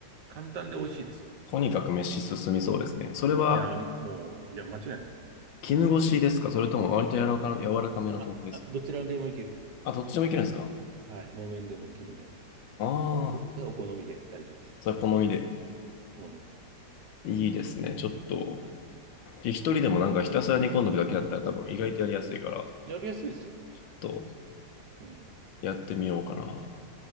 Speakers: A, on the right; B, on the left.
A: 簡単で美味しいですよ。
B: とにかく飯進みそうですね。それは、
A: いや、もう、いや、間違いない。
B: 絹ごしですかそれとも割と柔らか、柔らかめの豆腐です
A: あ、あ、どちらでもいける。
B: かあ、どっちでもいけるんですか
A: はい。木綿でも絹でも。
B: ああ、
A: お、それはお好みで大丈夫です。
B: それ好みで。
A: お好みで。
B: いいですね、ちょっと。
A: はい。
B: 一人でもなんかひたすら煮込んどくだけだったら多分意外とやりやすいから、
A: やりやすいですよ。
B: ちょっと
A: うん。
B: やってみようかな。